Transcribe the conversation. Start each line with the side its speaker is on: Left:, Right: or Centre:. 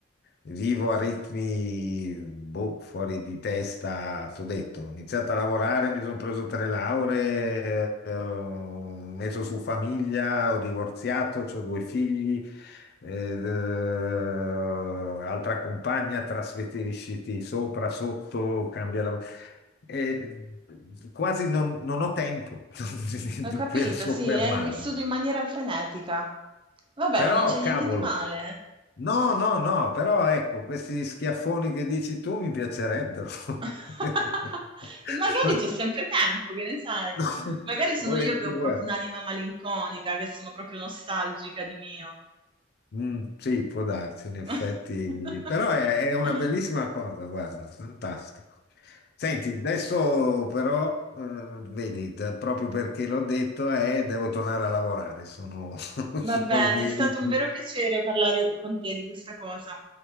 Left: Vivo a ritmi boh, fuori di testa, t'ho detto. Ho iniziato a lavorare, mi sono preso tre lauree, eh, ho messo su famiglia, ho divorziato, ho due figli, ed, eh, altra compagna, trasferisciti sopra, sotto, cambia lavoro. E quasi non, non ho tempo <laughs>
Right: Ho capito,
Left: per soffermarmi.
Right: sì, hai vissuto in maniera frenetica. Vabbè,
Left: Però,
Right: ma non c'è niente
Left: cavolo,
Right: di male.
Left: No, no, no, però ecco, questi schiaffoni che dici tu mi piacerebbero.
Right: <laughs>
Left: <laughs>
Right: E magari c'è sempre tempo, che ne sai?
Left: No,
Right: Magari sono
Left: Volentieri.
Right: io che ho proprio
Left: guarda.
Right: un'anima malinconica, che sono proprio nostalgica di mio.
Left: Mm, sì, può darsi,
Right: <laughs>
Left: in effetti, però è, è una bellissima cosa, guarda, fantastico. Senti, adesso però, eh, vedi, da- proprio perché l'ho detto, eh, devo tornare a lavorare, sono, <laughs> sono
Right: Va bene,
Left: i miei
Right: è stato
Left: ritmi.
Right: un vero piacere parlare con te di questa cosa.